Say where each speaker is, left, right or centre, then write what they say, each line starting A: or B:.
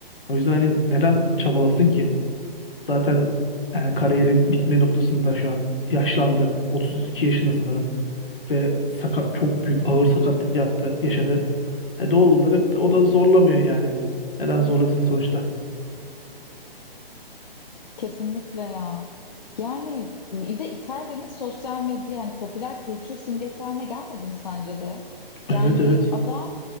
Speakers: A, on the left; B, on the left.
A: O yüzden hani neden çabalasın ki? Zaten yani kariyeri bitme noktasında şu an. Yaşlandı. 32 yaşında sanırım. Ve sakat, çok büyük ağır sakatlık yaptı, yaşadı. E doğal olarak da o da zorlamıyor yani. Neden zorlasın sonuçta?
B: Kesinlikle ya. Yani bir de Icardi'nin sosyal medya yani popüler kültür simgesi haline gelmedi mi sence de?
A: Evet
B: Yani
A: evet.
B: adam